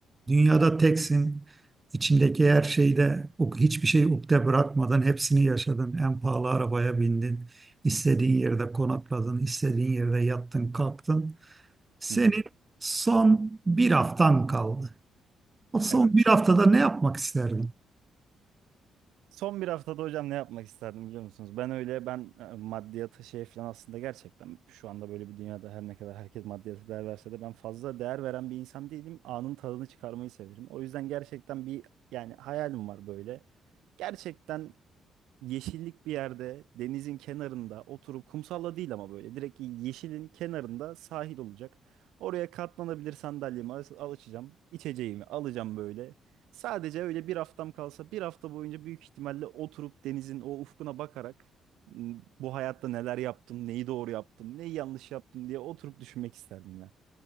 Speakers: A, on the right; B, on the right.
A: dünyada teksin, içindeki her şeyde o- hiçbir şey ukde bırakmadan hepsini yaşadın. En pahalı arabaya bindin, istediğin yerde konakladın, istediğin yerde yattın, kalktın. Senin
B: Hı hı.
A: son bir haftan kaldı. O son
B: Evet.
A: bir haftada ne yapmak isterdin?
B: Son bir haftada hocam ne yapmak isterdim biliyor musunuz? Ben öyle ben e, maddiyata şey falan aslında gerçekten şu anda böyle bir dünyada her ne kadar herkes maddiyata değer verse de ben fazla değer veren bir insan değilim. Anın tadını çıkarmayı severim. O yüzden gerçekten bir yani hayalim var böyle. Gerçekten yeşillik bir yerde denizin kenarında oturup kumsalla değil ama böyle direkt yeşilin kenarında sahil olacak. Oraya katlanabilir sandalyemi al al- açacağım. içeceğimi alacağım böyle. Sadece öyle bir haftam kalsa bir hafta boyunca büyük ihtimalle oturup denizin o ufkuna bakarak "M, bu hayatta neler yaptım, neyi doğru yaptım, neyi yanlış yaptım diye oturup düşünmek isterdim ya.